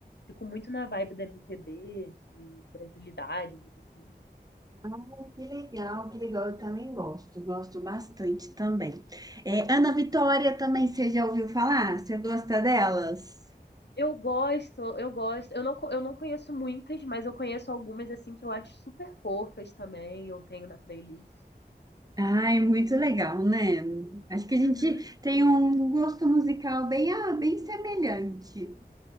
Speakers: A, on the left; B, on the right.
A: Fico muito na vibe da MPB, de brasilidades, assim.
B: Pô, Que legal, que legal. Eu também gosto, gosto bastante também. é, Ana Vitória também, você já ouviu falar? Você gosta delas?
A: Eu gosto, eu gosto. Eu não, co- eu não conheço muitas, mas eu conheço algumas, assim, que eu acho super fofas também. Eu tenho na playlist.
B: Ai, muito legal, né? Acho que a gente
A: Uhum.
B: tem um gosto musical bem, ah, bem semelhante.